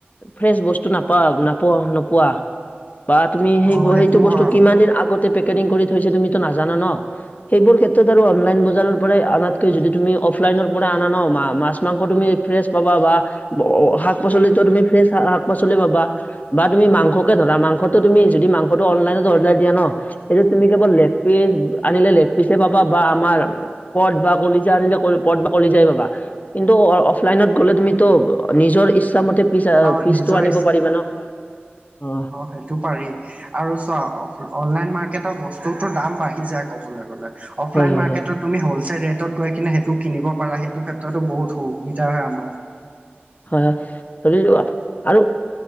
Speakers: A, on the left; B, on the right.
A: ফ্ৰেচ বস্তু নাপাৱ নপোৱা নোপোৱা বা তুমি সেই
B: অ'
A: ব সেইটো বস্তু
B: হয়।
A: কিমান দিন আগতে পেকেটিং কৰি থৈছে তুমিতো নাজানা ন'। সেইবোৰ ক্ষেত্ৰত আৰু অনলাইন বজাৰৰ পৰাই আনাতকৈ যদি তুমি অফলাইনৰ পৰা আনা ন' মা মাছ মাংস তুমি ফ্ৰেছ পাবা বা ব শাক পাচলিত' তুমি ফ্ৰেছ শাক পাচলি পাবা বা তুমি মাংসকে ধৰা মাংস ত' তুমি যদি মাংসটো অনলাইনত অৰ্ডাৰ দিয়া ন' এইটোত তুমি কেৱল লেগ পিচ আনিলে লেগ পিচে পাবা বা আমাৰ পদ বা কলিজা আনিলে কল পদ বা কলিজাই পাবা কিন্তু অ অফলাইনত গ'লে তুমিত' নিজৰ ইচ্ছা মতে ফিছা
B: অ'
A: পিছটো
B: নিজৰ
A: আনিব পাৰিবা ন অ
B: অঁ সেইটো পাৰি, আৰু চোৱা অফ অনলাইন মাৰ্কেটৰ বস্তুটোৰ ত' দাম বাঢ়ি যায় ক'বলে গ'লে। অফলাইন
A: হয় হয়
B: মাৰ্কেটত
A: হয়
B: তুমি হ'লচেল ৰেট ত'ত গৈ কিনে সেইটো কিনিব পাৰা, সেইটো ক্ষেত্ৰতো বহুত সুবিধা হয় আমা
A: হয় হয়। ধৰি লোৱা আৰু